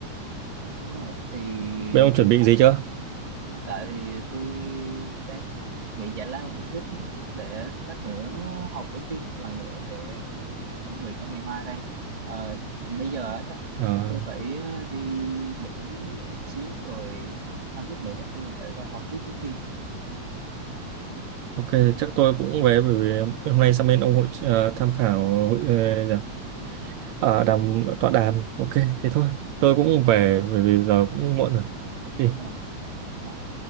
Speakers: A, on the right (about 15°); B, on the right (about 75°).
A: đúng rồi thì
B: bên ông chuẩn
A: hiện
B: bị
A: tại
B: gì chưa
A: Hiện tại thì tôi đang nghỉ giải lao một chút để lát nữa họp với team một lần nữa để chuẩn bị cho ngày mai đây. Ờ, bây giờ á, chắc
B: Ờ,
A: chắc tôi phải ờ, đi nghỉ xíu rồi 5 phút nữa chắc tôi phải vào họp tiếp với team.
B: ok chắc tôi cũng về bởi vì hôm nay sang bên ông hội ờ, tham khảo hội ờ, gì ạ? Ờ, đàm tọa đàm ok thế thôi tôi cũng về bởi vì giờ cũng muộn rồi đi
A: À, à.